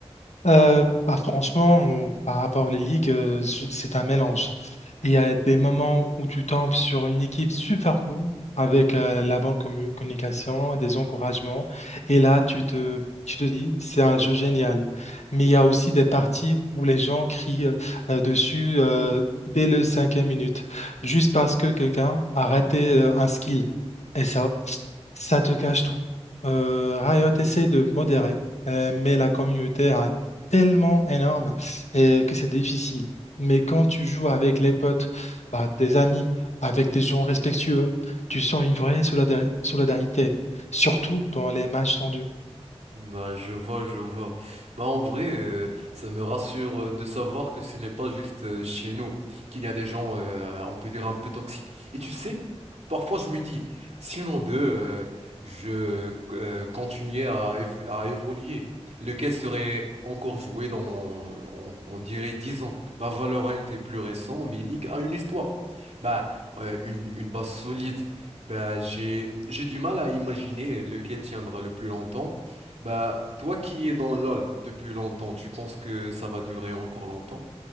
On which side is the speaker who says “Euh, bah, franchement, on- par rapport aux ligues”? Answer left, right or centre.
Left